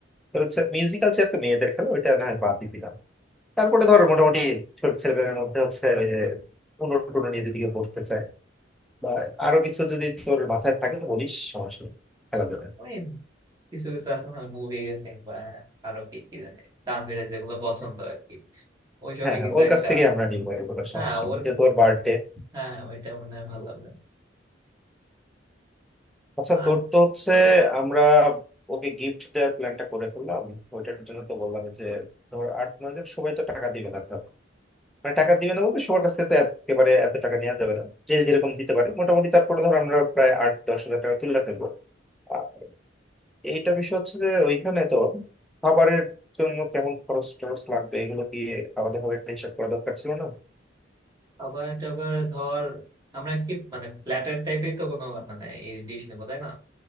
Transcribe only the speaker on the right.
ওই কিছু কিছু আছে না মুভি গেসিং বা আরো কি কি জানি তানভীরের যেগুলো পছন্দ
আর কি ওইসবই
কিছু
একটা
হ্যাঁ
ওর
হ্যাঁ হ্যাঁ ওইটা মনে হয় ভালো লাগবে
আর
আবার টাবার ধর আমরা কি মানে প্ল্যাটার টাইপের তো কোনো মানে এই ডিশ নেবো তাই না